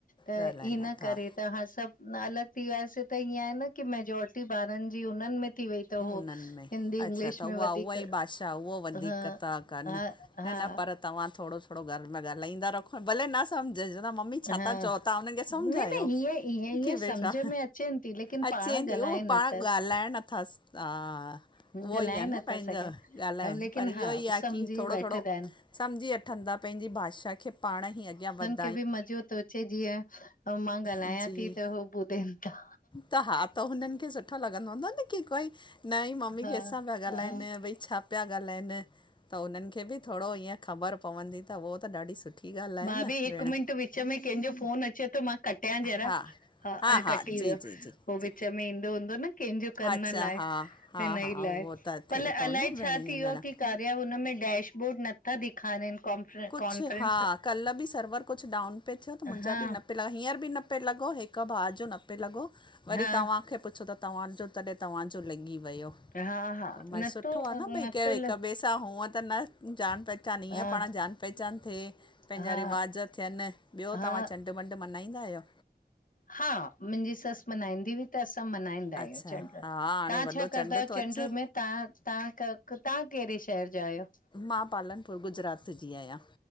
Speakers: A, on the left; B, on the left.
A: त
B: ॻाल्हाइनि
A: इन
B: नथा
A: करे, त हाण सभु अलॻि थी वियासी त ईअं आ न की मेजॉरिटी ॿारनि जी उन्हनि में थी वई त हो
B: मुननि में,
A: हिंदी
B: अच्छा
A: इंग्लिश
B: त
A: में
B: उहा
A: वधीक
B: उहा ई भाषा उहो वधीक
A: हा
B: था कनि
A: हा
B: न
A: हा
B: न पर तव्हां थोरो थोरो घर में ॻाल्हाईंदा रखो, भले न समझ <unintelligible> मम्मी छाता
A: हा
B: चओ? तव्हां हुनखे समझायो
A: न न हीअं हीअं हीअं
B: की बेटा
A: सम्झ में अचनि थी लेकिन
B: अचे
A: पाण
B: थी,
A: ॻाल्हाइनि
B: उहो पाण
A: न त
B: ॻाल्हाइण नथा हा
A: ॻाल्हाए
B: उहो ई आ
A: नथा
B: न पंहिंजो
A: सघनि
B: ॻाल्हाए
A: ऐं लेकिन
B: पर इहो
A: हा
B: ई
A: सम्झी
B: आहे की थोरो
A: वठंदा
B: थोरो
A: आहिनि
B: सम्झी वठंदा पंहिंजी भाषा खे पाण ई अॻियां वध
A: खेबि मज़ो थो अचे जीअं मां ॻाल्हायां
B: जी
A: थी त हो ॿुधनि था
B: त हा त हुननि खे सुठो लॻंदो हूंदो न की कोई न ई मम्मी
A: हा
B: कंहिंसां पिया ॻाल्हाइनि
A: हा
B: भई छा पिया ॻाल्हाइनि त उन्हनि खे बि थोरो ईअं ख़बर पवंदी त उहो त ॾाढी सुठी ॻाल्हि आहे
A: मां
B: न
A: बि हिकु
B: भेण
A: मिंट विच में कंहिंजो फोन अचे थो मां कटया जरा
B: हा
A: हाण
B: हा हा
A: कटी
B: जी
A: वियो
B: जी जी
A: हो विच
B: जी
A: में ईंदो हूंदो न कंहिंजो कर न
B: अच्छा
A: लाइ
B: हा हा
A: हिन ई
B: हा
A: लाइ
B: उहो त
A: परल
B: थिए
A: अलाए
B: थो न
A: छा
B: भेण ईअं
A: थी वियो आहे
B: ॼणु
A: की कारया हुनमें डैशबोर्ड नथा ॾेखारनि।
B: कुझु
A: कॉन्फ्रेंस
B: हा कल्ह बि सर्वर कुझु डाउन पे थियो त मुंहिंजा
A: हा
B: बि न पिला हींअर बि न पे लॻो हिकु भाउ जो न पे लॻो वरी
A: हा
B: तव्हांखे पुछो त तव्हां चयो तॾही तव्हांॼो लगी वयो
A: हा हा
B: त मां
A: नथो
B: सुठो आ न
A: नथो
B: भई कयो हिक ॿे सां त हूअ त न जान पहचानीय
A: हा
B: पाण जान चां थिए पंहिंजा
A: हा
B: रिवाज़ थियनि ॿियो
A: हा
B: तव्हां चंडु मॾु मल्हाईंदा आहियो?
A: हा मुंहिंजी सस मनाईदीं हुई। त असां मनाइंदा आहियूं
B: अच्छा
A: चंगुल।
B: हा हाणे
A: व्हां
B: वॾो
A: छा
B: चंड
A: कंदायो
B: थो
A: चंडु
B: अचे
A: में? तव्हां तव्हां क तव्हां कहिड़े शहर जा आहियो?
B: मां पालनपुर गुजरात जी आहियां।